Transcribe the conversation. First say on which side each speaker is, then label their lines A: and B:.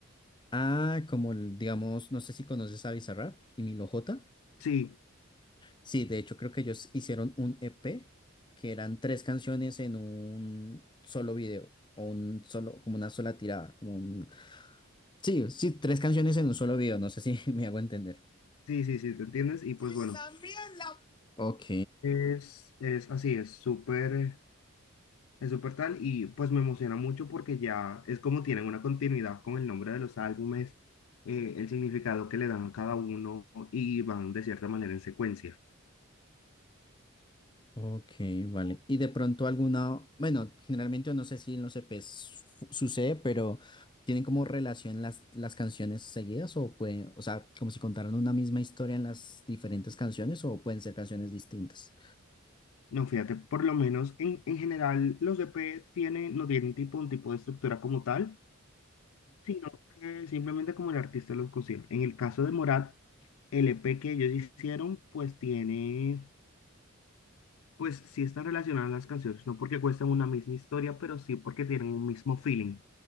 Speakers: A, on the left; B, on the left.
A: Ah, como el- digamos, no sé si conoces a Bizarrap y Milo J.
B: Sí,
A: Sí, de hecho creo que ellos hicieron un EP que eran tres canciones en un solo video o un solo, como una sola tirada, como un... Sí, sí, tres canciones en un solo video, no sé si <laughs> me hago entender.
B: sí, sí, sí, ¿te entiendes? Y pues
A: Y
B: bueno.
A: también Ok,
B: Es, es así, es súper, es súper tal y pues me emociona mucho porque ya es como tienen una continuidad con el nombre de los álbumes, eh, el significado que le dan a cada uno y van de cierta manera en secuencia.
A: ok, vale. Y de pronto alguna, bueno, generalmente no sé si en los EPs fu- sucede, pero ¿tienen como relación las, las canciones seguidas o pueden, o sea, como si contaran una misma historia en las diferentes canciones o pueden ser canciones distintas?
B: No, fíjate, por lo menos en, en general los EP tienen, no tienen tipo, un tipo de estructura como tal, sino que simplemente como el artista los consigue. En el caso de Morat, el EP que ellos hicieron pues tiene... Pues sí están relacionadas las canciones, no porque cuestan una misma historia, pero sí porque tienen un mismo feeling.